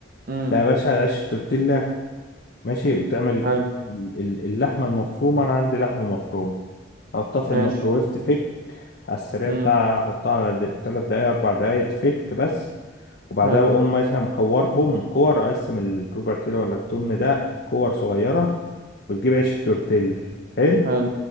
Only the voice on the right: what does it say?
امم
حلو
ماشي
امم
حلو
حلو